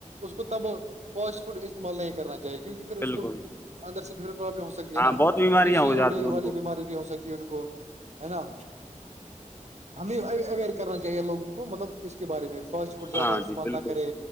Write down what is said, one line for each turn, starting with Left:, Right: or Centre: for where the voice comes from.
Right: اس کو تب فاسٹ فوڈ استعمال نہیں کرنا چاہیے کیونکہ پھر اس
Left: بالکل
Right: کو اندر سے ب پرابلم ہو سکتی ہے
Left: ہاں
Right: نا پیسیی
Left: بہت بیماریاں ہو جاتی
Right: اڑی
Left: ہیں ان
Right: والی
Left: کو
Right: بیماری بھی ہو سکتی ان کو ہے نا ہمیں اویئر کرنا چاہیے لوگوں کو مطلب اس کے بارے میں فسٹ ف زیادہ
Left: ہاں
Right: استعمال
Left: جی بالکل
Right: نہ کرے